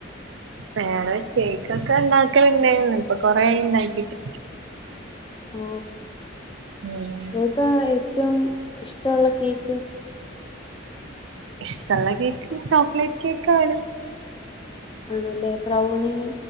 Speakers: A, on the right; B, on the left.
A: വേറെ കേക്കൊക്കെ ഉണ്ടാക്കലിണ്ടായിന്ന് ഇപ്പൊ കൊറേയായി ഇണ്ടാക്കിട്ട്
B: ഓ
A: ഉം
B: ഏതാ ഏറ്റവും ഇഷ്ടമുള്ള കേക്ക്
A: ഇഷ്ടമുള്ള കേക്ക് ചോക്ലേറ്റ് കേക്ക് ആണ്
B: ആണല്ലേ ബ്രൗണി